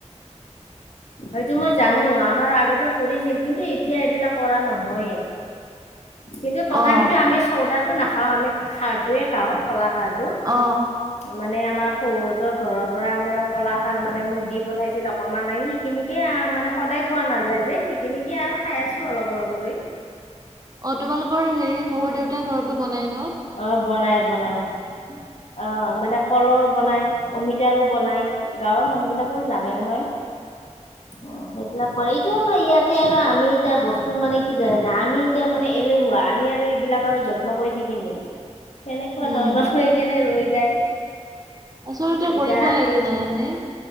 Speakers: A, on the left; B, on the right.
A: সেইটো মই জানো আমাৰ আগতে কৰিছিল কিন্তু এতিয়া এইবিলাক কৰা নহয়।
B: <inaudible>
A: কিন্তু তথাপিতো
B: অ
A: আমি চৰ্দাটো নাখাও আমি খাৰটোয়ে খাওঁ কলা খাৰটো
B: অ
A: মানে আমাৰ শহুৰহতৰ ঘৰৰ পৰা মানে কলাখাৰ মানে মোক দি পঠাইছিল অকমান আহি সেইখিনিকে মানে সদায় খোৱা নাযায় যে সেইখিনিকে আৰু খাই আছো অলপ অলপ কৰি
B: অ তোমালোকৰ হেৰি শহুৰ দেউতাই ঘৰতো বনাই না
A: অ বনায় বনায় অ মানে কলৰ বনাই অমিতাৰো বনাই গাঁৱৰ মানুহ বিলাকেও জানে নহয় অ সেইবিলাক কৰে এতিয়া আমাৰ। ইয়াতে আৰু আমি এতিয়া বস্তু মানে কি জানা আমি এতিয়া মানে এলেহুৱা আমি আৰু এইবিলাক আৰু যত্ন কৰি? কৈ থিকিম নেকি তেনেকুৱা
B: উম
A: ধৰণৰ হৈ কেনে ৰৈ যায়।
B: আচলতে
A: এতিয়া
B: কৰিব লাগে জানানে?